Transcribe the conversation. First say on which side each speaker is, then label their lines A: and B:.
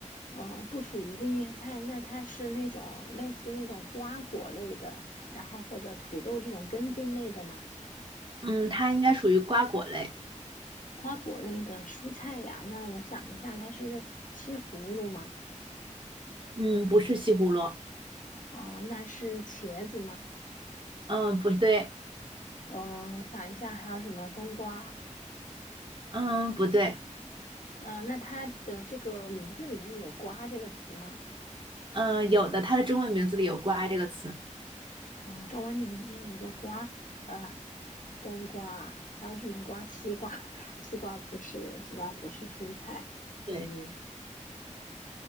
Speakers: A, on the left; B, on the right.
A: 呃，不属于绿叶菜，那它是那种类似那种瓜果类的，然后或者土豆这种根茎类的吗？
B: 嗯，它应该属于瓜果类。
A: 瓜果类的蔬菜呀，那我想一下，它是西葫芦吗？
B: 嗯，不是西葫芦。
A: 哦，那是茄子吗？
B: 嗯，不对。
A: 嗯，我想一下，还有什么冬瓜？
B: 嗯，不对。
A: 嗯，那它的这个名字里面有“瓜”这个词吗？
B: 嗯，有的，它的中文名字里有“瓜”这个词。
A: 哦，中文里面有个“瓜”，呃，冬瓜，还有什么瓜？西瓜，<laughs> 西瓜不是，西瓜不是蔬菜。
B: 对，
A: 嗯，